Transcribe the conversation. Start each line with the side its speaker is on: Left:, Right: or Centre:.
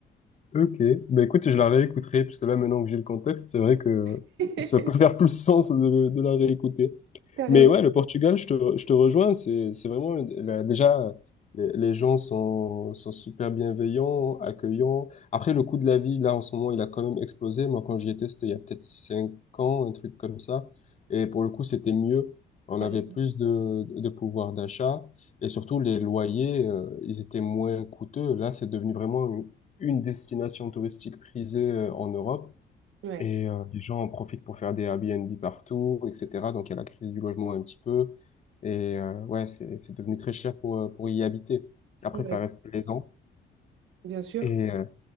Left: Ok, bah écoute, je la réécouterai, parce que là, maintenant que j'ai le contexte, c'est vrai que
Right: <laughs>
Left: ça peut <laughs> faire plus sens de, de la réécouter.
Right: Carrément.
Left: Mais ouais, le Portugal, je te, je te rejoins, c'est, c'est vraiment, là, déjà, les, les gens sont, sont super bienveillants, accueillants. Après, le coût de la vie, là, en ce moment, il a quand même explosé. Moi, quand j'y étais, c'était il y a peut-être cinq ans, un truc comme ça. Et pour le coup, c'était mieux. On
Right: C'était-
Left: avait plus de, de pouvoir d'achat. Et surtout, les loyers, euh, ils étaient moins coûteux. Là, c'est devenu vraiment une destination touristique prisée euh, en Europe
Right: Ouais,
Left: et euh, les gens en profitent pour faire des Airbnb partout, etc. Donc il y a la crise du logement un petit peu et euh, ouais, c'est c'est devenu très cher pour, euh, pour y habiter. Après,
Right: ouais,
Left: ça reste plaisant
Right: bien sûr.
Left: et euh,